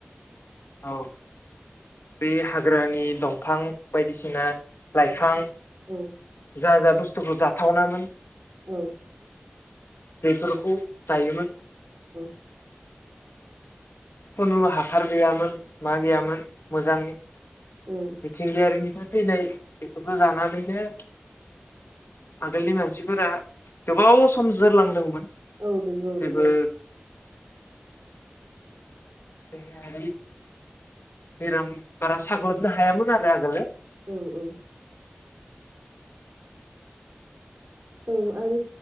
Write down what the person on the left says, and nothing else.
औ बे हाग्रानि दंफां बायदिसिना लाइफां
जा जा बुस थुखौ जाथावनामोन
बेफोरखौ जायोमोन।
खुनु हासार गैयामोन। मा गैयामोन। मोजां
मिथिंगायारिनिफाय फैनाय बेफोरखौ जानानैनो आगोलनि मानसिफोरा गोबाव सम जोरलांदोंमोन
जेबो देहायारि बेराम बारा साग्लोबनो हायामोन आरो आगोलो।